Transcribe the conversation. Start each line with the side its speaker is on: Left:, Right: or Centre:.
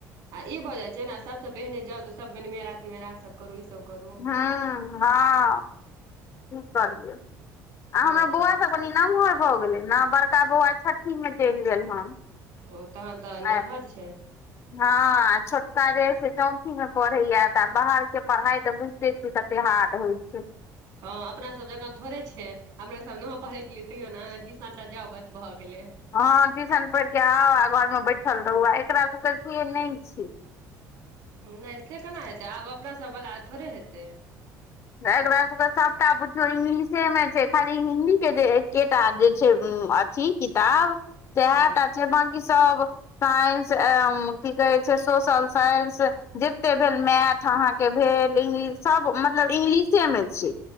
Right: आ ई भऽ जाइ छै ने सबसँ पहिने जाउ तऽ सब गनिमेरा तिमेरा सब करू ई सब करू
Left: हँ हँ की करियै आ
Right: हँ
Left: हमरा बौआ सब कनी नम्हर भऽ गेलै न बड़का बौआ छ्ठी मे चलि गेल हन
Right: ओ तहन तऽ नम्हर
Left: आ
Right: छै
Left: हँ आ छोटका जे है से चौठीमे पढ़ैये तऽ बाहर के पढ़ाइ तऽ बुझिते कते हार्ड होइ छै।
Right: हँ अपना सब जकाँ थोड़े छै अपने सब नहो पढ़ै छलियै तैयो ने टिशनटा जाउ बस भऽ गेलै।
Left: हँ ट्यूशन पढ़ के आउ आ घर मे बैठल रहु आ एकरा सबके से नहि छैय।
Right: नहि से केना हेतै आब अपना सभ वला थोड़े हेतै।
Left: एकरास सभके सभटा बुझियौ इंग्लिशेमे छैय खाली हिन्दीके जे एकेटा जे छैय अ छी किताब सएहटा
Right: हँ
Left: छैय बाँकी सब साइंस की कहै छैय सोशल साइंस जतेक भेल मैथ अहाके भेल इंग्लिश सब इंग्लिश मे छैय।